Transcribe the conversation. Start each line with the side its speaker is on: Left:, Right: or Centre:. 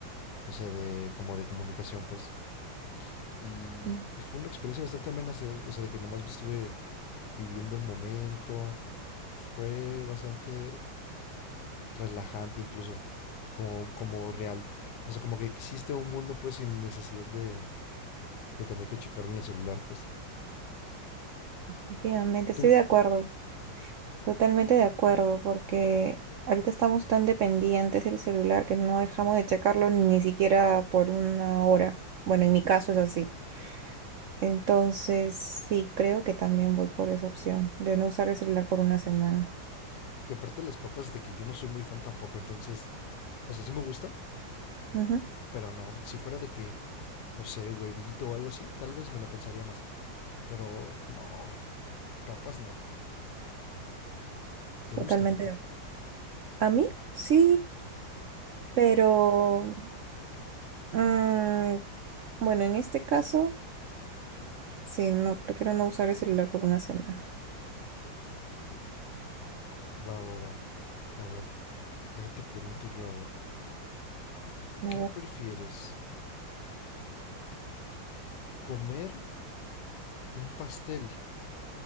Left: o sea, de como de comunicación pues. Y
Right: Sí,
Left: fue una experiencia bastante amena, hacer- o sea, de que nomás estuve viviendo el momento, fue bastante relajante incluso. como, como real, o sea, como que existe un mundo pues sin necesidad de, de tener que checarlo en el celular, pues.
Right: últimamente estoy
Left: Tú.
Right: de acuerdo. Totalmente de acuerdo, porque ahorita estamos tan dependientes del celular que no dejamos de checarlo ni siquiera por una hora. Bueno, en mi caso es así. Entonces, sí, creo que también voy por esa opción de no usar el celular por una semana.
Left: Y aparte las papas de que yo no soy muy fan tampoco, entonces, o sea, sí me gustan,
Right: Ujú,
Left: pero no, si fuera de que, no sé, huevito o algo así, tal vez me la pensaría más. Pero no, papas no, te
Right: Totalmente
Left: gustan a ti.
Right: de acuerdo. A mí, sí, pero mm, bueno, en este caso, sí, no, prefiero no usar el celular por una semana.
Left: Va, va, va. A ver, déjate pregunto yo ahora.
Right: A
Left: ¿Qué
Right: ver,
Left: prefieres? ¿Comer un pastel